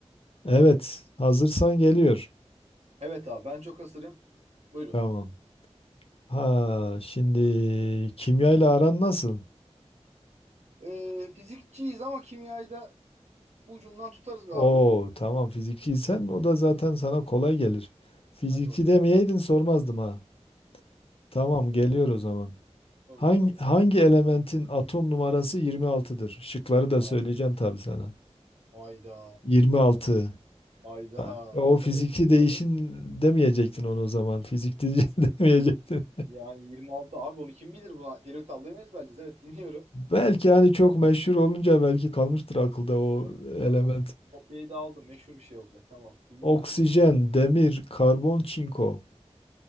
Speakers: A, on the left; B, on the right.
A: Evet, hazırsan geliyor.
B: Evet abi ben çok hazırım. Buyurun.
A: Tamam. Ha, şimdi kimyayla aran nasıl?
B: Ee, fizikçiyiz ama kimyayı da ucundan tutarız be
A: Oo,
B: abi.
A: tamam fizikçiysen o da zaten sana kolay gelir. Fizikçi
B: Hadi bakalım.
A: demeyeydin sormazdım ha. Tamam geliyor o zaman.
B: Sor
A: Hangi,
B: bakalım
A: hangi
B: abi.
A: elementin atom numarası 26'dır? Şıkları da
B: A-
A: söyleyeceğim tabii sana.
B: Ayda.
A: 26.
B: Ayda.
A: Bak, O fiziki
B: Evet.
A: değişin
B: dinliyorum.
A: demeyecektin onu o zaman. Fizikte <laughs> demeyecektin.
B: Yani 26 abi onu kim bilir buna? Peri tabloyu mu ezberleyeceğiz? Evet dinliyorum.
A: Belki hani çok meşhur olunca belki kalmıştır akılda o
B: Olabilir
A: element.
B: tamam. Kopyayı da aldım. Meşhur bir şey olacak. Tamam dinliyorum.
A: Oksijen, demir, karbon, çinko.